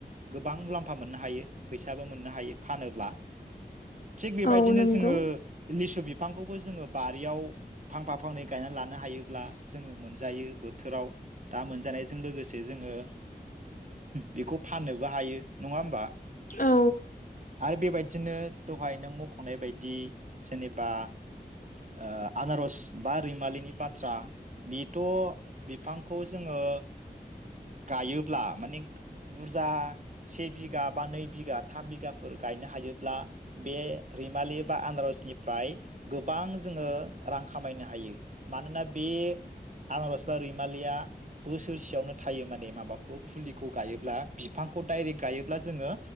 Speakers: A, on the right (about 50°); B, on the left (about 55°).
A: गोबां मुलाम्फा मोननो हायो फैसाबो मोननो हायो फानो <unintelligible> थिग बेबायदिनो
B: औ नंगौ
A: जोंङो लिसु बिफांखौबो जोंङो बारियाव फां फा फांनै गायनानै लानो नो हायोब्ला जोंङो मोनजायो। बोथोराव दा मोनजानायजों लोगोसे जोंङो बेखौ फाननोबो हायो नङा होमबा?
B: औ।
A: आरो बेबायदिनो दहाय नों मख'नाय बायदि जेनेबा ओ आनारस बा रैमालिनि बाथ्रा बि थ' बिफांखौ जोंङो गायोब्ला माने बुरजा से बिगा बा नै बिगा थाम बिगाफोर गायनो हायोब्ला बे रैमालि बा आनारसनिफ्राय गोबां जोङो रां खामायनो हायो। मानोना बे आनारस बा रैमालिया बोसोरसेयावनो थायो माने माबाखौ खुलिखौ गायोब्ला बिफांखौ डाइरेक्ट गायोब्ला जोङो